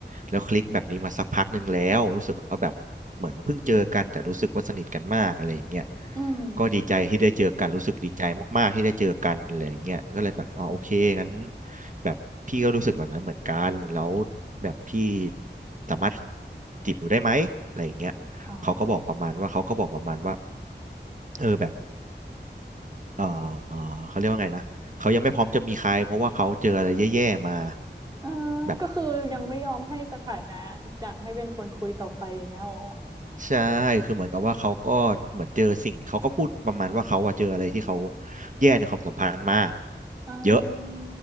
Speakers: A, on the right; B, on the right.
A: แล้วคลิกแบบนี้มาสักพักหนึ่งแล้วรู้สึกว่าแบบเหมือนเพิ่งเจอกันแต่รู้สึกว่าสนิทกันมากอะไรอย่างเงี้ย
B: อืม
A: ก็ดีใจที่ได้เจอกันรู้สึกดีใจมากๆที่ได้เจอกันอะไรอย่างเงี้ยก็เลยแบบอ๋อโอเคงั้นแบบพี่ก็รู้สึกแบบนั้นเหมือนกันแล้วแบบพี่สามารถจีบหนูได้ไหมอะไรอย่างเงี้ย
B: อ๋อ
A: เขาก็บอกประมาณว่าเขาก็บอกประมาณว่าเออแบบเออเออเขาเรียกว่าไงนะเขายังไม่พร้อมจะมีใครเพราะว่าเขาเจออะไรแย่ๆมา
B: เออ
A: แบบ
B: ก็คือยังไม่ยอมให้สถานะอยากให้เป็นคนคุยต่อไปอย่างเงี้ยอ๋อ
A: ใชใช่คือเหมือนกับว่าเขาก็เหมือนเจอสิ่งเขาก็พูดประมาณว่าเขาอะเจออะไรที่เขาแย่ในความสัมพันธ์มา
B: เอ
A: เยอะ
B: ่